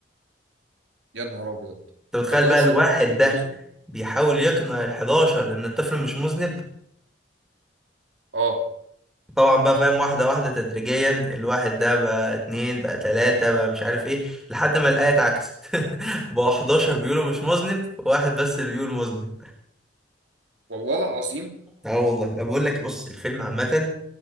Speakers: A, on the right; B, in the centre.
A: يا نهار ابيض
B: أنت متخيل
A: 11
B: يا بقى نهار الواحد
A: واحد بيقولوا
B: ده
A: اسمه
B: بيحاول يقنع ال11 إن الطفل مش مذنب
A: اه
B: طبعا بقى فاهم واحدة واحدة تدريجيا الواحد ده بقى اتنين بقى تلاتة بقى مش عارف ايه لحد ما الآية اتعكست <laughs> بقى 11 بيقولوا مش مذنب واحد بس اللي بيقول مذنب
A: والله العظيم
B: اه والله لا بقول لك بص الفيلم عامة